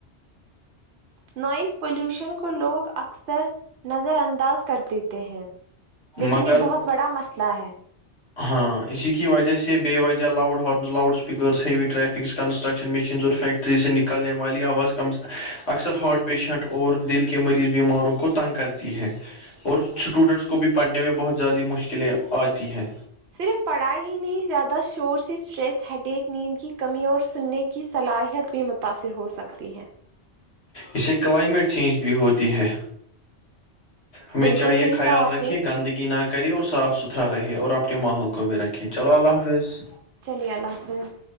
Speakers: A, on the right; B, on the left.
A: نوائز پلیوشن کو لوگ اکثر نظر انداز کر دیتے ہیں لیکن
B: مگر
A: یہ بہت بڑا مسئلہ ہے
B: ہاں اسی کی وجہ سے بے وجہ loud horns loud speakers heavy traffics construction machines اور فیکٹری سے نکلنے والی آواز ک اکثر ہارٹ پیشنٹ اور دل کے مریض بیماروں کو تنگ کرتی ہے اور اسٹوڈنٹس کو بھی پڑھنے میں بہت زیادہ مشکلیں آتی ہیں
A: صرف پڑھائی ہی نہیں زیادہ شور سے اسٹریس ہیڈیک نیند کی کمی اور سننے کی صلاحیت بھی متاثر ہو سکتی ہے
B: اسے کلائمیٹ چینج بھی ہوتی ہے ہمیں
A: بالکل
B: چاہیے
A: صحیح
B: خیال
A: کہا آپ
B: رکھیے
A: نے
B: گندگی نہ کرے اور صاف ستھرا رہے اور آپ اپنے ماحول کو بھی رکھیں چلو اللہ حافظ
A: چلیے اللہ حافظ